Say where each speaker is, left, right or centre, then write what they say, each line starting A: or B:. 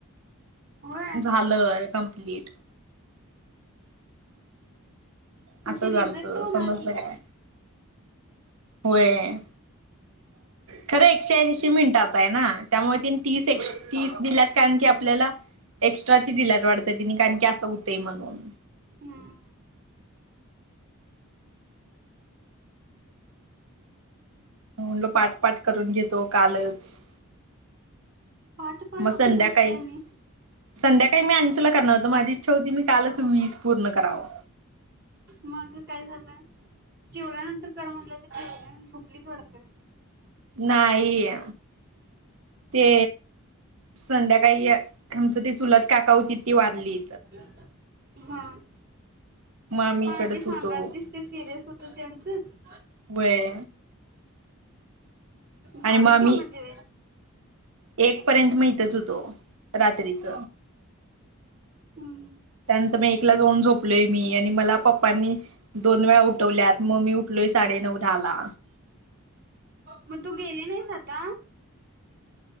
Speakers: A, on the right; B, on the right.
A: होय
B: झालंय कंप्लीट.
A: मग
B: असं
A: ते
B: झालत
A: रिजेक्ट होणार
B: समजलं
A: की
B: काय.
A: ग
B: होय खरं एकशे ऐंशी मिनिटाच आहे ना. त्यामुळे तिने तीस ए तीस दिल्यात कारण की आपल्याला. एक्स्ट्राची दिल्यात वाटत तिने कारण की असं होतंय म्हणून.
A: हम्म
B: म्हलो पाठपाठ करून घेतो कालच.
A: पाठ पाठ
B: मग
A: करत
B: संध्याकाळी.
A: असते आणि
B: संध्याकाळी मी आणि तुला करणार होतं, माझी इच्छा होती मी कालच वीस पूर्ण करावं.
A: मग काय झालं. जेवल्यानंतर कार म्हटलंय तर जेवलीस आणि झोपलीस वाटतं.
B: नाहीय ते. संध्याकाळी आमचं ते चुलत काका होती ती वारली.
A: <inaudible> हां.
B: मग आम्ही
A: हा
B: इकडच
A: ते सांगाल
B: होतो
A: तीस ते सिरियस होतं त्यांचंच.
B: होय. आणि
A: झालं
B: मग आम्ही
A: कि म ते.
B: एक पर्यंत माहितच होतो रात्रीच.
A: हम्म.
B: त्यानंतर मग एकला जाऊन झोपलोय मी आणि मला पप्पांनी दोन वेळा उठवल्यात मग् ममी उठलोय साडे नऊ- दहाला.
A: मग तू गेली नाहीस आता?